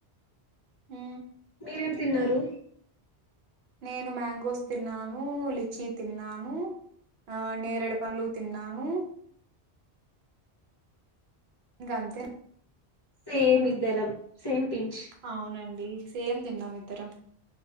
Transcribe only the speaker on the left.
మీరేం తిన్నారు?
సేమ్ ఇద్దరం సేమ్ పించ్